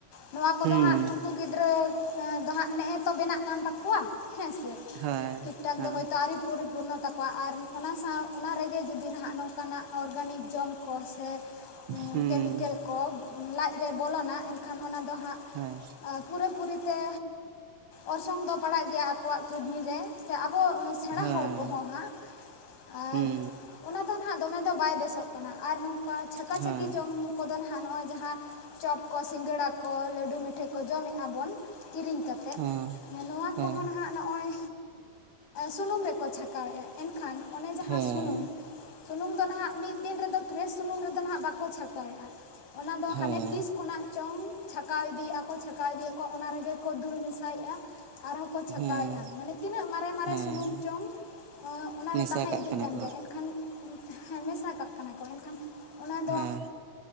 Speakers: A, on the left; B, on the right.
A: ᱱᱚᱣᱟ ᱠᱚᱫᱚ
B: ᱦᱩᱸ
A: ᱦᱟᱸᱜ ᱩᱱᱠᱩ ᱜᱤᱫᱽᱨᱟᱹ ᱚᱸ ᱫᱚᱦᱟᱸᱜ ᱱᱮᱜᱼᱮ ᱛᱚ ᱵᱮᱱᱟᱜ ᱠᱟᱱ ᱛᱟᱠᱚᱣᱟ᱾ ᱦᱮᱸ ᱥᱮ
B: ᱦᱳᱭ
A: ᱴᱷᱤᱠ ᱴᱷᱟᱠ
B: ᱦᱚᱸ
A: ᱫᱚ ᱦᱳᱭᱛᱳ ᱟᱨᱣᱨᱤ ᱯᱩᱨ ᱨᱩᱱᱚᱜ ᱛᱟᱠᱚᱣᱟ ᱟᱨ ᱚᱱᱟ ᱥᱟᱶ ᱚᱱᱟ ᱨᱮᱜᱮ ᱡᱩᱫᱤ ᱱᱟᱦᱟᱜ ᱱᱚᱝᱠᱟᱱᱟᱜ ᱚᱨᱜᱟᱱᱤᱠ ᱡᱚᱢ ᱠᱚ ᱥᱮ
B: ᱦᱩᱸ
A: ᱠᱮᱢᱤᱠᱮᱞ ᱠᱚ ᱞᱟᱡ ᱨᱮ ᱵᱚᱞᱚᱱᱟ ᱮᱱᱠᱷᱟᱱ ᱚᱱᱟ ᱫᱚ ᱦᱟᱸᱜ
B: ᱦᱮᱸ
A: ᱯᱩᱨᱟᱹ ᱯᱩᱨᱤ ᱛᱮ ᱚᱨᱥᱚᱝ ᱫᱚ ᱯᱟᱲᱟᱜ ᱜᱮᱭᱟ ᱟᱠᱚᱣᱟᱜ ᱠᱤᱰᱱᱤ ᱨᱮ᱾ ᱥᱮ ᱟᱵᱚ ᱥᱮᱬᱟ
B: ᱦᱮᱸ
A: ᱦᱚᱲ ᱠᱚᱦᱚᱸ ᱦᱟᱸᱜ ᱟᱨ
B: ᱦᱩᱸ
A: ᱚᱱᱟ ᱫᱚ ᱱᱟᱦᱟᱜ ᱫᱚᱢᱮ ᱫᱚ ᱵᱟᱭ ᱵᱮᱥᱚᱜ ᱠᱟᱱᱟ ᱟᱨ ᱱᱚᱝᱠᱟ ᱪᱷᱟᱠᱟᱼᱪᱷᱟᱹᱠᱤ
B: ᱦᱮᱸ
A: ᱡᱚᱢ ᱠᱚᱫᱚ ᱦᱟᱸᱜ ᱱᱚᱜᱼᱚᱭ ᱡᱟᱦᱟᱸ ᱪᱚᱯ ᱠᱚ ᱥᱤᱸᱜᱟᱲᱟ ᱠᱚ ᱞᱟᱹᱰᱩ ᱢᱤᱴᱷᱟᱹᱭ ᱠᱚ ᱡᱚᱢᱮᱜᱼᱟ ᱵᱚᱱ ᱠᱤᱨᱤᱧ ᱠᱟᱛᱮᱫ,
B: ᱦᱮᱸ
A: ᱱᱚᱣᱟ
B: ᱦᱮᱸ
A: ᱦᱟᱹᱜ ᱱᱚᱜᱼᱚᱭ ᱥᱩᱱᱩᱢ ᱨᱮᱠᱚ ᱪᱷᱟᱠᱟᱣᱮᱜᱼᱟ, ᱮᱱ ᱠᱷᱟᱱ ᱚᱱᱮ ᱡᱟᱦᱟᱸ
B: ᱦᱮᱸ
A: ᱥᱩᱱᱩᱢ, ᱥᱩᱱᱩᱢ ᱫᱚ ᱱᱟᱦᱟᱜ ᱢᱤᱫ ᱫᱤᱱ ᱨᱮᱫᱚ ᱯᱷᱨᱮᱥ ᱥᱩᱱᱩᱢ ᱨᱮᱫᱚ ᱱᱟᱦᱟᱜ ᱵᱟᱠᱚ ᱪᱷᱟᱠᱟᱣᱮᱜᱼᱟ, ᱚᱱᱟᱫᱚ
B: ᱦᱩᱸ
A: ᱦᱟᱱᱮ
B: ᱦᱮᱸ
A: ᱛᱤᱥ ᱠᱷᱚᱱᱟᱜ ᱪᱚᱝ ᱪᱷᱟᱠᱟᱣ ᱤᱫᱤᱭᱮᱜᱼᱟ ᱠᱚ ᱪᱷᱟᱠᱟᱣ ᱤᱫᱤᱭᱮᱜᱼᱟ ᱠᱚ ᱚᱱᱟ ᱨᱮᱜᱮ ᱠᱚ ᱫᱩᱞ ᱢᱮᱥᱟᱭᱮᱜᱼᱟ᱾ ᱟᱨᱦᱚᱸ ᱠᱚ ᱪᱷᱟᱸᱠᱟᱣᱮᱜᱼᱟ,
B: ᱦᱮᱸ
A: ᱢᱟᱱᱮ ᱛᱤᱱᱟᱹᱜ ᱢᱟᱨᱮᱼᱢᱟᱨᱮ
B: ᱦᱮᱸ
A: ᱥᱩᱱᱩᱢ ᱪᱚᱝ᱾ ᱚᱸ ᱚᱱᱟᱨᱮ
B: ᱢᱮᱥᱟ
A: ᱛᱟᱦᱮᱸ
B: ᱠᱟᱜ
A: ᱤᱫᱤᱜ
B: ᱠᱟᱱᱟ
A: ᱠᱟᱱ
B: ᱠᱚ
A: ᱜᱮᱭᱟ,
B: ᱦᱟᱸᱜ
A: ᱮᱱᱠᱷᱟᱱ ᱦᱮᱸ ᱢᱮᱥᱟ ᱠᱟᱜ ᱠᱟᱱᱟ ᱠᱚ ᱮᱱᱠᱷᱟᱱ ᱚᱱᱟ ᱫᱚ
B: ᱦᱮᱸ